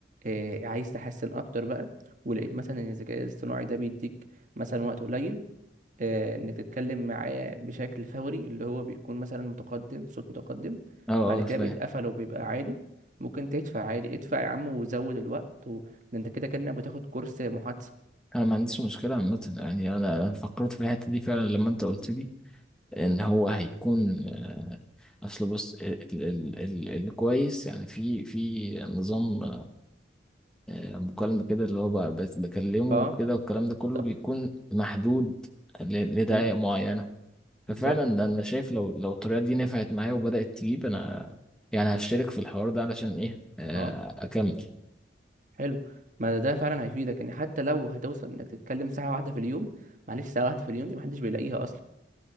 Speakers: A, on the right; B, in the centre.
A: آه، عايز تحسن اكتر بقى ولقيت مثلا ان الذكاء الاصطناعي ده بيديك مثلا وقت قليل آه، انك تتكلم معاه بشكل فوري اللي هو بيكون مثلا متقدم صوت متقدم
B: اه اه
A: بعد كده
B: فاهم
A: بيتقفل وبيبقى عادي ممكن تدفع عادي ادفع يا عم وزود الوقت و... ده انت كده كأنك بتاخد كورس محادثة
B: انا ما عنديش مشكلة عامة يعني انا أنا فكرت في الحتة دي فعلا لما انت قلت لي ان هو هيكون آه، اصل بص ال ال ال الكويس يعني في في نظام آه، مكالمة كده اللي هو بقى بس بكلمه
A: اه
B: وكده والكلام ده كله
A: بالظبط
B: بيكون محدود ل- لدقائق
A: مم،
B: معينة
A: بالظبط
B: ففعلا أنا شايف لو لو الطريقة دي نفعت معايا وبدأت تجيب أنا يعني هشترك في الحوار ده علشان إيه آه،
A: اه
B: أكمل
A: حلو ما ده ده فعلا هيفيدك ان حتى لو هتوصل انك تتكلم ساعة واحدة في اليوم معلش ساعة واحدة في اليوم دي محدش بيلاقيها اصلا